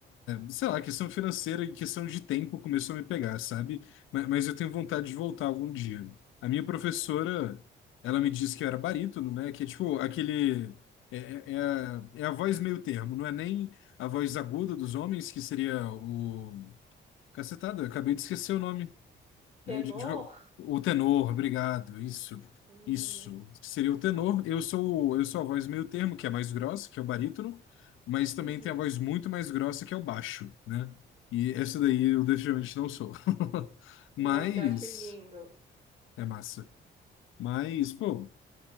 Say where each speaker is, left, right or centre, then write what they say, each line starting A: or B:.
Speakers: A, on the left (about 85°); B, on the right (about 30°).
A: Sei lá, questão financeira e questão de tempo começou a me pegar, sabe? Ma- Mas, eu tenho vontade de voltar algum dia. A minha professora, ela me disse que eu era barítono, né? Que é tipo aquele. É, é, é a, é a voz meio termo, não é nem a voz aguda dos homens, que seria o. Cacetada, acabei de esquecer o nome.
B: Tenor?
A: É, de- de- o tenor, obrigado. Isso,
B: Hum.
A: isso. Seria o tenor. Eu sou, eu sou a voz meio termo, que é a mais grossa, que é o barítono, mas também
B: Uhum.
A: tem a voz muito mais grossa, que é o baixo, né? E essa daí eu definitivamente não sou. <laughs>
B: Nossa,
A: Mas
B: eu acho lindo.
A: é massa. Mas, pô,